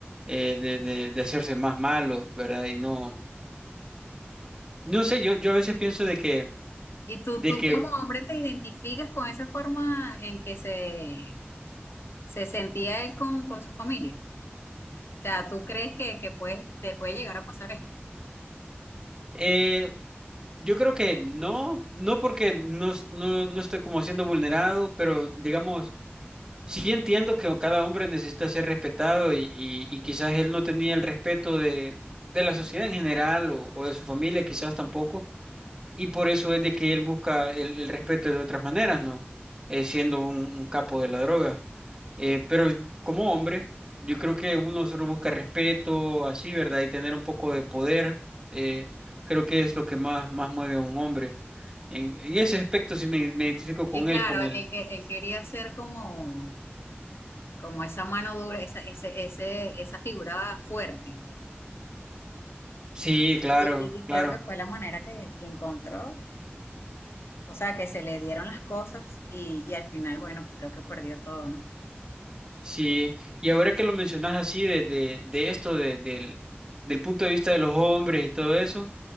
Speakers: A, on the right; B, on the left.
A: eh, de, de, de hacerse más malos, ¿verdad? Y no, no sé, yo, yo a veces pienso de que,
B: ¿Y tú,
A: de
B: tú
A: que
B: como hombre te identificas con esa forma en que se, se sentía él con, con su familia? O sea, ¿tú crees que, que puedes, te puede llegar a pasar esto?
A: Eh, yo creo que no, no porque no, es- no, no estoy como siendo vulnerado, pero digamos, sí entiendo que cada hombre necesita ser respetado y, y- y quizás él no tenía el respeto de, de la sociedad en general o, o de su familia, quizás tampoco. Y por eso es de que él busca el, el respeto de otras maneras, ¿no? Eh, siendo un, un capo de la droga. Eh, pero como hombre, yo creo que uno solo busca respeto, así, ¿verdad? Y tener un poco de poder, eh, creo que es lo que más, más mueve a un hombre. En, en ese aspecto sí me, me identifico con
B: Y claro,
A: él, con él.
B: él, que, él quería ser como, como esa mano dura, esa, ese, ese, esa figura fuerte. Y,
A: Sí, claro,
B: y- y
A: claro,
B: creo que fue la manera que, que encontró. O sea, que se le dieron las cosas y, y al final, bueno, creo que perdió todo, ¿no?
A: sí. Y ahora que lo mencionas así de, de, de esto, de- del, del punto de vista de los hombres y todo eso.